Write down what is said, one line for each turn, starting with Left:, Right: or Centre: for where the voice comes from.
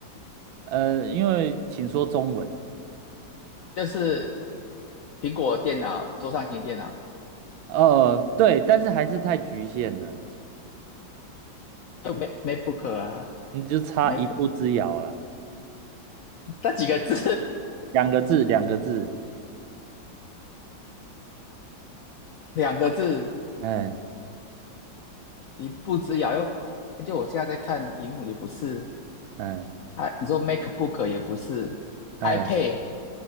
Right: 呃，因为请说中文，
Left: 就是苹果电脑，桌上型电脑，
Right: 哦，对，但是还是太局限了，
Left: 就 Mac MacBook 啊
Right: 你就差一步之遥了，
Left: ，Mac 那几个字，
Right: 两个字，两个字，
Left: <laughs> 两个字。
Right: 嗯
Left: 一步之遥又，就我现在在看荧幕也不是，
Right: 嗯
Left: 啊，你说 MacBook 也不是，iPad，
Right: 嗯，